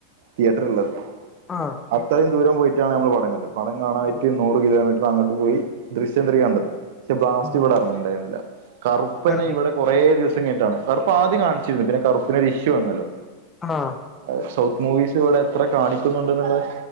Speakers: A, on the right; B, on the left.
A: തിയേറ്റർള്ളത്
B: ആഹ്.
A: അത്രയും ദൂരം പോയിറ്റാണ് നമ്മള് മടങ്ങത് പടം കാണായിട്ട്
B: ഓഹ്
A: നൂ ഒരു കിലോമീറ്റർ അങ്ങോട്ട് പോയി ദൃശ്യം ത്രീ കണ്ടത് പക്ഷെ ബ്ലാസ്റ്റ്
B: ആഹ്
A: ഇവിടെ ഇറങ്ങിട്ടണ്ടായിരുന്നില്ല. കറുപ്പ്നെ
B: പറഞ്ഞ്
A: ഇവിടെ കുറേ ദിവസം കഴിട്ടാണ് കറുപ്പ് ആദ്യം കാണിച്ചിരുന്നു പിന്നെ കറുപ്പിനൊരു ഇഷ്യൂ വന്നല്ലോ
B: ആഹ്.
A: അ സൗത്ത് മൂവീസ് ഇവടെ എത്ര കാണിക്കുന്നുണ്ട് എന്നുള്ളത്.